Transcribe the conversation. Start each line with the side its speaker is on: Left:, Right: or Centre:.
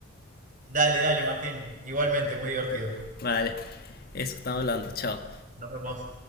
Right: Dale, dale, Martín. Igualmente, muy divertido.
Left: Vale, eso estamos hablando, chao.
Right: Nos vemos.